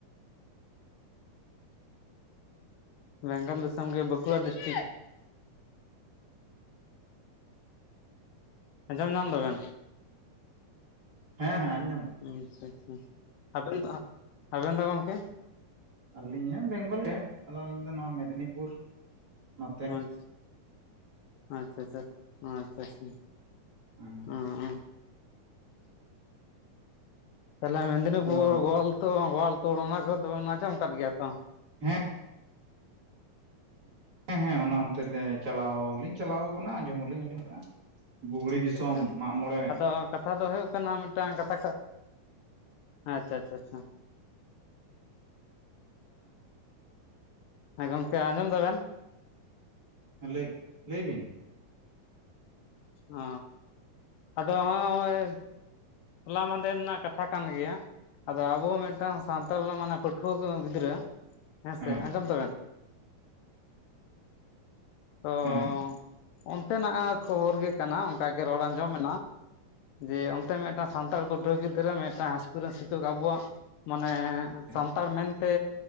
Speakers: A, on the right; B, on the left.
A: <inaudible>
B: ᱵᱮᱝᱜᱚᱞ ᱫᱤᱥᱚᱢ ᱜᱮ ᱵᱟᱸᱠᱩᱲᱟ ᱰᱤᱥᱴᱤᱠ᱾ ᱟᱸᱡᱚᱢ ᱧᱟᱢ ᱫᱟᱵᱮᱱ᱾
A: ᱦᱮᱸ ᱟᱸᱡᱚᱢ ᱧᱟᱢ
B: ᱟᱪᱪᱷᱟ ᱟᱪᱪᱷᱟ ᱟᱵᱮᱱ ᱫᱚ, ᱟᱵᱮᱱ ᱫᱚ ᱜᱚᱝᱠᱮ?
A: ᱟᱹᱞᱤᱧ ᱦᱚᱸ ᱵᱮᱝᱜᱚᱞ ᱨᱮ ᱟᱫᱚ ᱟᱹᱞᱤᱧ ᱫᱚ ᱱᱚᱣᱟ ᱢᱮᱫᱽᱱᱤᱯᱩᱨ᱾ ᱱᱚᱛᱮ
B: ᱦᱩᱸ, ᱟᱪᱷᱟ ᱟᱪᱪᱷᱟ, ᱟᱪᱪᱷᱟ ᱟᱪᱪᱷᱟ᱾
A: ᱦᱮᱸ
B: ᱚ ᱚ ᱛᱟᱦᱞᱮ ᱢᱮᱫᱽᱱᱤᱯᱩᱨ,
A: ᱟᱫᱚ
B: ᱜᱳᱣᱟᱞᱛᱩ, ᱜᱳᱣᱟᱞᱛᱩᱳᱲ ᱚᱱᱟ ᱠᱚᱫᱚᱵᱮᱱ ᱟᱸᱡᱚᱢ ᱟᱠᱟᱫ ᱜᱮᱭᱟ ᱛᱚ?
A: ᱦᱮᱸ᱾ ᱦᱮᱸ ᱦᱮᱸ ᱚᱱᱟ ᱚᱱᱛᱮ ᱞᱮ ᱪᱟᱞᱟᱣ ᱦᱚᱸ ᱞᱤᱧ ᱪᱟᱞᱟᱣ ᱟᱠᱟᱱᱟ ᱟᱸᱡᱚᱢ ᱦᱚᱞᱤᱧ ᱟᱸᱡᱚᱢ ᱟᱠᱟᱟᱜᱼᱟ᱾ ᱵᱩᱜᱽᱲᱤ
B: ᱟᱪᱪᱷᱟ
A: ᱫᱤᱥᱚᱢ
B: ᱟᱪᱪᱷᱟ
A: ᱢᱟᱜ ᱢᱚᱬᱮ
B: ᱟᱫᱚ ᱠᱟᱛᱷᱟ ᱫᱚ ᱦᱩᱭᱩᱜ ᱠᱟᱱᱟ ᱢᱤᱫᱴᱟᱝ ᱠᱟᱛᱷᱟ ᱟᱪᱪᱷᱟ ᱟᱪᱪᱷᱟ ᱟᱪᱪᱷᱟ᱾ ᱟᱫᱚ ᱜᱚᱝᱠᱮ ᱟᱸᱡᱚᱢ ᱫᱟᱵᱮᱱ?
A: ᱞᱟᱹᱭ, ᱞᱟᱹᱭ ᱵᱤᱱ᱾
B: ᱚ, ᱟᱫᱚ ᱦᱚᱸᱜ-ᱚ ᱚᱭ ᱦᱚᱞᱟ ᱢᱟᱸᱫᱷᱮᱨ ᱨᱮᱱᱟᱜ ᱠᱟᱛᱷᱟ ᱠᱟᱱ ᱜᱮᱭᱟ᱾ ᱟᱫᱚ ᱟᱵᱚ ᱢᱤᱫᱴᱟᱝ ᱥᱟᱱᱛᱟᱲ ᱨᱮᱱᱟᱜ ᱢᱟᱱᱮ ᱯᱟᱹᱴᱷᱩᱣᱟᱹ ᱠᱚ ᱜᱤᱫᱽᱨᱟᱹ ᱦᱮᱸᱥᱮ,
A: ᱦᱮᱸ
B: ᱟᱸᱡᱚᱢ ᱛᱟᱵᱮᱱ? ᱚ
A: ᱦᱮᱸ
B: ᱚᱱᱛᱮᱱᱟᱜ ᱠᱷᱚᱵᱚᱨ ᱜᱮ ᱠᱟᱱᱟ ᱚᱝᱠᱟᱜᱮ ᱨᱚᱲ ᱟᱸᱡᱚᱢᱮᱱᱟ ᱡᱮ, ᱚᱱᱛᱮ ᱢᱮᱫᱴᱟᱝ ᱥᱟᱱᱛᱟᱲ ᱯᱟᱹᱴᱷᱩᱣᱟᱹ ᱜᱤᱫᱽᱨᱟᱹ ᱢᱤᱫᱴᱟᱝ ᱦᱟᱭ ᱤᱥᱠᱩᱞ ᱨᱮᱱ ᱥᱤᱛᱩᱠ ᱟᱵᱚᱣᱟᱜ ᱢᱟᱱᱮ
A: ᱦᱮᱸ
B: ᱥᱟᱱᱛᱟᱲ ᱢᱮᱱᱛᱮ